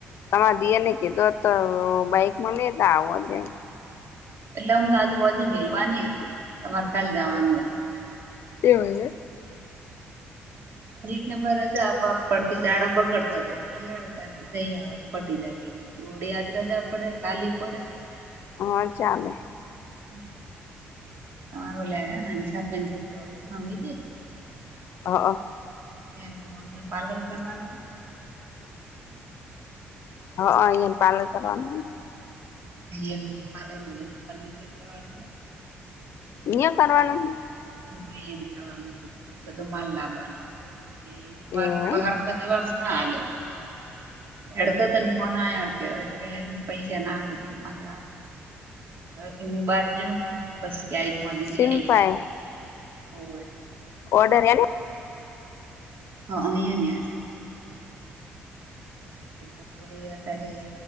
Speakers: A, on the left; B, on the right.
A: તમારા દિયાને કીધો તો બાઈકમાં લેતા આવો
B: એટલે આમ તો આજુબ મેલવાની હતી તમારે કાલ જવાનું હતું
A: એવ છે
B: ને ફર જ ફડતી દાડો બગડતો હતો ખિયાળો તથી જ પટી ગો <inaudible> યાદ રજા પડે ખાલી પડે
A: હા ચાલે
B: હમ તમાર લે છોક છે વિીજ. <inaudible>
A: હા હ.
B: એનુ પાર્લર કરવાનું હ.
A: અહ અહિયાયાને પાલન કરવાનુંને.
B: એટ પાર્લરમાં બધું ફર્નિચર કરવાનું હોય.
A: ઇયા કરવાવાનું.
B: હો એને કરવાનું છે બધો માલ લાવવાનો હતો. એ હવાર
A: હે
B: મુકા
A: એમ
B: હરખતેવાર ના આલ પ. <inaudible> એડતા ત ફોન આયા કે પૈસા નાખમાં. કે હું બાર જે પસ આઈને દેલી
A: શિલ્પા
B: આઈ
A: એ
B: ઓય. <inaudible>
A: ઓર્ડર એ.
B: હા એ ન હાલ. બસડત્યારે